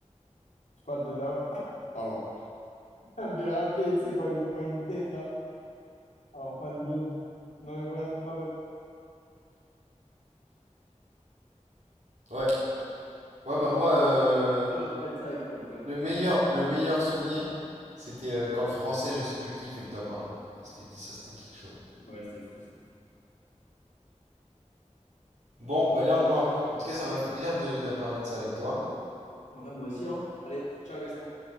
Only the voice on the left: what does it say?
tu parles de Dawa. <laughs> Pardon. Ça me fait rappeler, tu sais, quand il se prend une tête, là, en fin de game. Non, mais bref, non, ouais, ouais,
je
vais
devoir parler de ça avec toi, en tout cas.
Ouais, c'était fou, c'était fou.
Ouais, moi aussi, hein. Allez, ciao, Gaston.